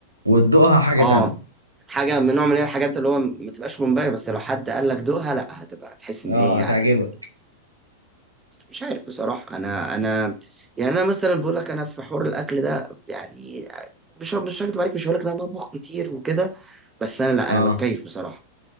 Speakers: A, on the right; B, on the right.
A: وتدوقها حاجة
B: اه
A: تانية
B: حاجه من نوع من الحاجات اللي هو ما تبقاش منبهر بس لو حد قال لك دوقها لا هتبقى هتحس ان
A: اه
B: هي يعني
A: هتعجبك
B: مش عارف بصراحه انا انا يعني انا مثلا بقول لك انا في حوار الاكل ده يعني مش مش هكدب عليك مش هقول لك ان انا بطبخ كتير وكده بس انا لا
A: اه
B: انا بتكيف بصراحه